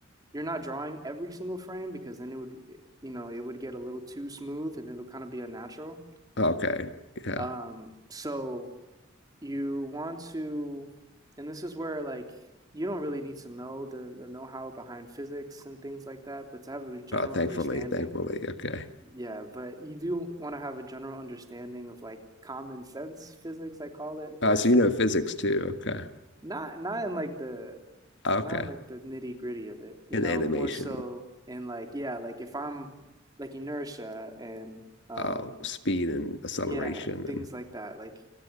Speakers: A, on the right; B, on the left.
A: you're not drawing every single frame because then it would you know it would get a little too smooth and it'll kind of be unnatural
B: Okay. Yeah.
A: um so you want to and this is where like you don't really need to know the the know-how behind physics and things like that but to have a general
B: Oh, thankfully,
A: understanding
B: thankfully. Okay.
A: yeah but you do want to have a general understanding of like common sense physics I call it where
B: Uh, so
A: it's
B: you
A: like
B: know physics too. Okay.
A: not not in like the
B: Okay.
A: not in like the nitty gritty of it, you
B: And
A: know,
B: animation.
A: more so in like yeah, like if I'm like inertia and um
B: uh, speed and acceleration
A: yeah, and things like that. Like